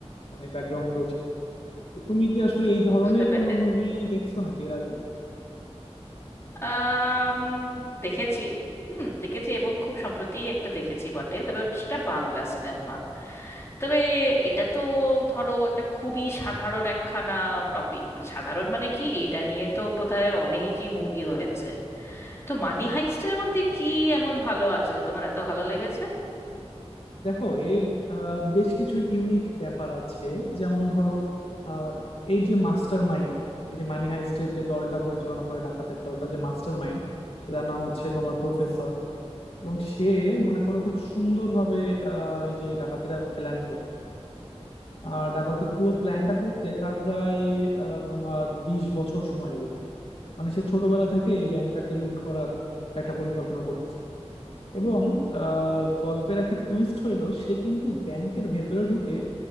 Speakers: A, on the left; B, on the left.
A: মানে ব্যাকগ্রাউন্ডে রচিত তো তুমি কি আসলে এই ধরনের
B: বুঝতে পেরেছি
A: কোনো মুভি দেখছো নাকি এর আগে
B: আম, দেখেছি হুম দেখেছি এবং খুব সম্প্রতি একটা দেখেছি বটে তবে ওটা- সেটা বাংলা সিনেমা তবে এটা তো ধরো একটা খুবই সাধারণ একখানা টপিক মানে সাধারণ মানে কি এটা নিয়ে তো বোধহয় অনেকই মুভি হয়েছে তো মানি হাইস্টের মধ্যে কি এমন ভালো আছে যে তোমার এত ভালো লেগেছে
A: দেখো এর আহ, বেশ কিছু ইউনিক ব্যাপার আছে যেমন ধরো আহ, এর যে মাস্টার মাইন্ড এই যে মানি হাইস্টের যে দলটা পরিচালনা করে ডাকাতের দলটা যে মাস্টার মাইন্ড তার নাম হচ্ছে তোমার প্রফেসর এবং সে মনে করো খুব সুন্দরভাবে আহ, এই যে ডাকাতিরা প্ল্যান করে আর ডাকাতির পুরো প্ল্যানটা করতে তার প্রায় আহ, তোমার বিশ বছর সময় লেগে যায় মানে সে ছোটবেলা থেকে এই ব্যাংকটাকে লুট করার একটা পরিকল্পনা করতেছে এবং আহ, গল্পের একটা টুইস্ট হইলো সে কিন্তু ব্যাংকের ভেতরে ঢুকে